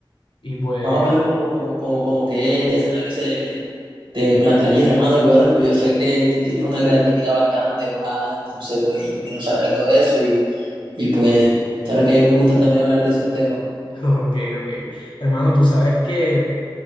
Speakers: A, on the left (about 70°); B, on the right (about 85°).
A: Y pues,
B: Más o menos como, como, como, como qué escenario se te plantearías, hermano. Y bueno, yo sé que tú tienes una creatividad bastante volada, entonces, pues, yo quiero saber todo eso y, y pues, sabes que a mí me gusta también hablar de esos temas.
A: <laughs> ok, ok. Hermano, tú sabes que,